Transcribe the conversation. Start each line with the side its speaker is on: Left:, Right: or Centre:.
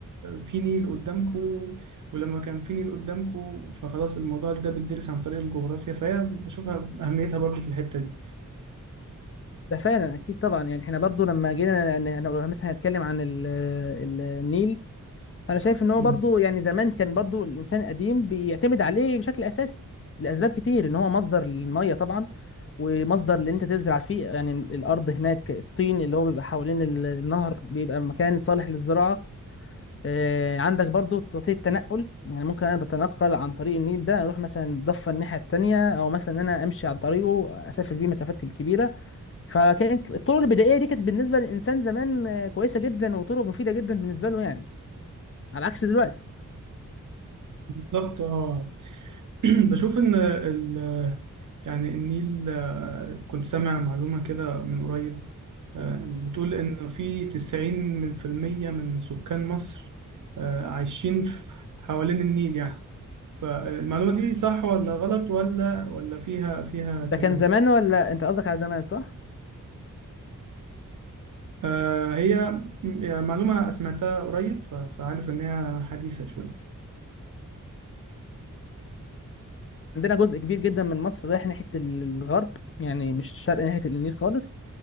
Right: في نيل قدامكوا ولما كان في نيل قدامكوا فخلاص الموضوع ده بيدرس عن طريق الجغرافيا فهي بشوفها أهميتها برضو في الحتة دي
Left: ده فعلا أكيد طبعا يعني إحنا برضو لما جينا أنا أنا مثلا هنتكلم عن ال- ال- النيل انا شايف ان هو
Right: مم.
Left: برضو يعني زمان كان برضو الانسان القديم بيعتمد عليه بشكل اساسي لاسباب كتير ان هو مصدر للميه طبعا ومصدر اللي انت تزرع فيه يعني الارض هناك الطين اللي هو بيبقى حوالين ال- النهر بيبقى مكان صالح للزراعه آه، عندك برضو وسيله تنقل يعني ممكن انا اتنقل عن طريق النيل ده اروح مثلا ضفه الناحيه التانيه او مثلا ان انا امشي عن طريقه اسافر بيه مسافات كبيره فكانت الطرق البدائيه دي كانت بالنسبه للانسان زمان آه، كويسه جدا وطرق مفيده جدا بالنسبه له يعني على عكس دلوقتي
Right: بالظبط اه <clears throat> بشوف ان ال يعني النيل آه، كنت سامع معلومة كده من قريب آه، بتقول ان في 90 من في المية من سكان مصر آه، عايشين في- حوالين النيل يعني فالمعلومة دي صح ولا غلط ولا ولا فيها فيها كلام
Left: ده كان زمان
Right: يعني
Left: ولا انت قصدك على زمان صح؟
Right: آه، هي م- يعني معلومة سمعتها قريب ف- فعارف ان هي حديثة شوية
Left: عندنا جزء كبير جدا من مصر رايح ناحية الغرب يعني مش الشرق ناحية النيل خالص